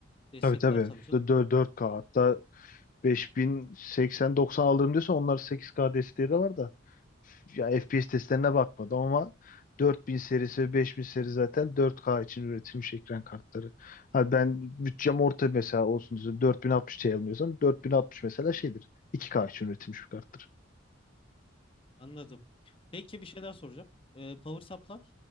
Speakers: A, on the left; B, on the left.
A: Destekler
B: Tabii tabii.
A: tabii canım.
B: 4K hatta 5080-90 alırım diyorsa onlar 8K desteği de var da ya FPS testlerine bakmadım ama 4000 serisi ve 5000 seri zaten 4K için üretilmiş ekran kartları. Ha ben bütçem orta mesela olsun diye 4060 Ti almıyorsam 4060 mesela şeydir. 2K için üretilmiş bir karttır.
A: Anladım. Peki bir şey daha soracağım. Ee, power supply